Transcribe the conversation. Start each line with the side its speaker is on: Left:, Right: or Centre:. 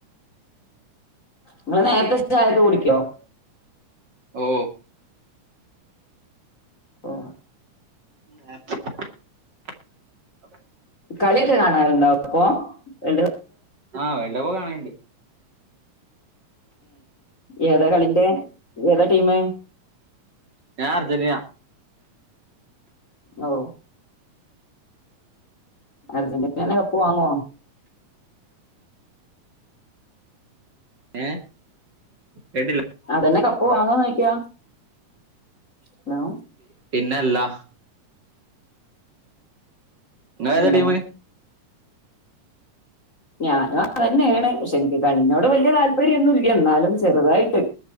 Left: നിങ്ങള് നേരത്തെ ചായട്ട കുടിക്കോ
Right: ഓ
Left: ഓ
Right: പ്പ അ
Left: കളിയൊക്കെ കാണാറുണ്ടാവും അപ്പൊ എ
Right: ആഹ ചിലപ്പോകാണണ്ട്
Left: ഏതാ കളിറെ ഏതാ ടീം
Right: ഞാൻ അർജന്റീന
Left: ഓ അർജന്റീന പോവാങ്ങോ
Right: ഏ കേട്ടില്ല
Left: അതന്നെ കപ്പ വാങ്ങാ ചോദിക്കാ ഹലോ
Right: പിന്നെല്ലാ ങ്ങ
Left: പിന്നെ
Right: ഏതാ ടീമ
Left: ഞാനും അതന്നെയാണ് പക്ഷെ എനിക്ക് കളിനോട് വല്യ താല്പര്യൊന്നുംല്ല എന്നാലും ചെറുതായിട്ട്